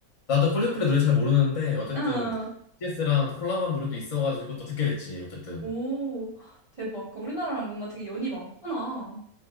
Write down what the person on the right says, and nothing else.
아,
오. 대박. 그러니까 우리나라랑 뭔가 되게 연이 많구나. 어,